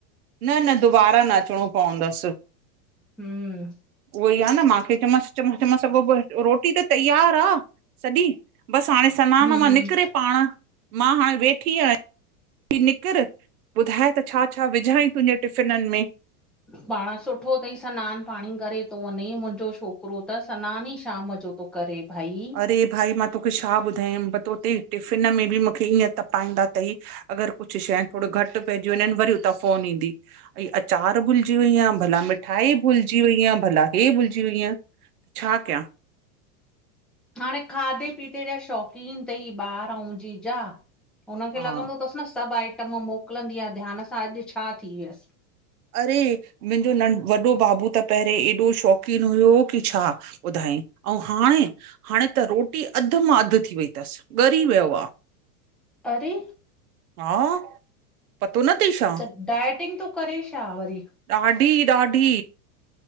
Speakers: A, on the right; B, in the centre.
A: न -न दुबारा न अचिणो पवंदस।
B: हम्म
A: उहोई आ न माखे, चयोमास, चयोमांस अॻो पो रोटी त तैयार आ सॼी, बसि हाणें सनान
B: हम्म
A: मां निकिरे पांण मां हाणे वेठी आहिय कि निकीर ॿुधाए त छा- छा विझांय तुंहिंजे टिफ़िनन में।
B: पांण सुठो तई सनान पांणी करे तो वंञें, मुंजो छोकिरो त सनान ई श शाम जो तो करे भई
A: अरे भाई मा तोखे छा ॿुधायांय, पतो तई टिफ़िन मे भी मुखे ईअं तपाईंदा तई अगरि कुछु शंए थोड़ी घटि पइजी वंञेंन, वरी उता फ़ोन ईंदी। अई अचार भुलजी वईयं, भला मिठाई भुलजी वईयं, भला हे भुलिजी वईयं छा कियां
B: हाणें खाधे पीते जा शौक़ीन तई ॿार अंउं जीजा उनखे
A: हा
B: लॻदो तसि न सभु आइटम मोकलंदी आ ध्यान सां, अॼु छा थीव्यस
A: अरे! मुहिजो नं वॾो बाबू त पहरियों एॾो शौंक़ीन हुयो की छा ॿुधांयंई, अंउं हाणें, हाणें त रोटी अध मां अधु थी वई तसि ॻरी वयो आ। आवाज रिकार्ड <inaudible>
B: अरे!
A: हा, पतो न तई छा?
B: त डायटिंग तो करे छा वरी?
A: ॾाढी -ॾाढी